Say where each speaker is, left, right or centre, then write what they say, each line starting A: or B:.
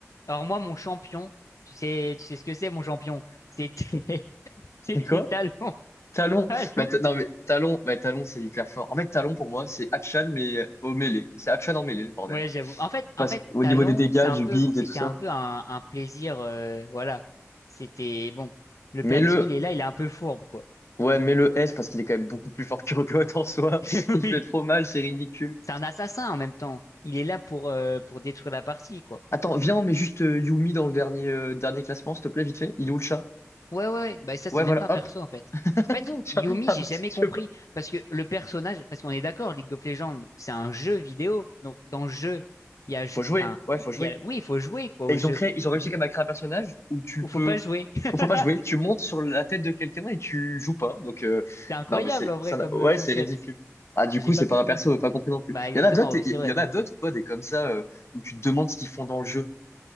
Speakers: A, on the left (about 80°); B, on the left (about 60°).
A: Alors moi, mon champion, tu sais, tu sais ce que c'est, mon champion? C'était, <laughs>
B: <laughs> C'est
A: c'était
B: quoi?
A: Talon.
B: Talon.
A: Talon.
B: Bah, t-
A: <laughs>
B: non, mais Talon, bah, Talon, c'est hyper fort. En fait, Talon, pour moi, c'est Hatchan, mais euh, au mêlée. C'est Hatchan en mêlée, le bordel.
A: Ouais, j'avoue. En fait, en
B: Parce
A: fait,
B: qu'au
A: Talon,
B: niveau des dégâts,
A: c'est un
B: du
A: peu,
B: build
A: c'était
B: et tout ça.
A: un peu un, un plaisir. euh, voilà. C'était bon. Le
B: mais
A: perso,
B: le,
A: il est là, il est un peu fourbe, quoi.
B: ouais, mais le S parce qu'il est quand même beaucoup plus fort que Urgot en soi.
A: <laughs>
B: <laughs> Il
A: Oui.
B: fait trop mal, c'est ridicule.
A: C'est un assassin en même temps. Il est là pour, euh, pour détruire la partie, quoi.
B: Attends, viens, on met juste euh, Yumi dans le dernier, euh, dernier classement, s'il te plaît, vite fait. Il est où le chat?
A: Ouais, ouais, ouais. Bah, ça,
B: Ouais,
A: c'est même
B: voilà,
A: pas un perso,
B: hop.
A: en fait.
B: <laughs>
A: En fait,
B: Tiens,
A: Yumi,
B: ah,
A: j'ai jamais
B: tu
A: compris.
B: vois.
A: Parce que le personnage, parce qu'on est d'accord, League of Legends, c'est un jeu vidéo. Donc, dans le jeu, il y a, ju-
B: Faut jouer,
A: enfin,
B: ouais,
A: il
B: faut jouer.
A: y a, oui, il faut jouer, quoi, au
B: Et ils
A: jeu.
B: ont créé, ils ont réussi
A: Il
B: quand même à créer un personnage où tu
A: ou
B: peux,
A: faut pas jouer. <laughs>
B: où faut pas jouer. Tu montes sur la tête de quelqu'un et tu joues pas. Donc, euh,
A: C'est incroyable,
B: non, mais c'est,
A: en vrai,
B: ça, n'a-
A: comme
B: ouais,
A: euh, concept.
B: c'est ridicule. Ah, du
A: J'ai
B: coup,
A: pas
B: c'est pas
A: compris.
B: un perso, pas compris non plus.
A: Bah, exactement,
B: Il y en a d'autres,
A: oui, c'est
B: il
A: vrai.
B: y en a d'autres, ou pas des comme ça, euh, où tu te demandes ce qu'ils font dans le jeu.